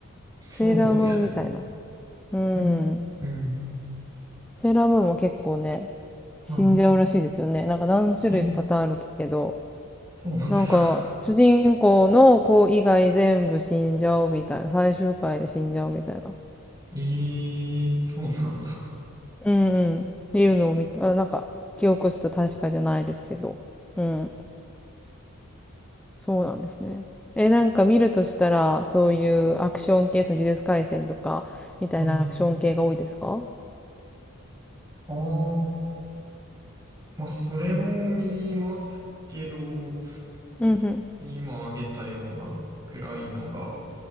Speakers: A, on the right; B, in the centre.
A: そうですね。
B: セーラームーンみたいな。うん。
A: んうん。
B: セーラームーンも結構ね、死んじゃうらしいですよね。
A: は
B: なんか何種類かパターンあるけど、
A: い。え、そうなんですか。
B: なんか主人公の子以外全部死んじゃうみたいな。最終回で死んじゃうみたいな。
A: <laughs> えー、そうなんだ。
B: うんうん。っていうのを見た、あなんか記憶したと確かじゃないですけど。うん。そうなんですね。え、なんか見るとしたら、そういうアクション系、その呪術廻戦とか、みたいなアクション系が多いですか
A: うん。ああ、まあ、それも見ますけど、
B: うんうん。
A: 今挙げたようなくらいのが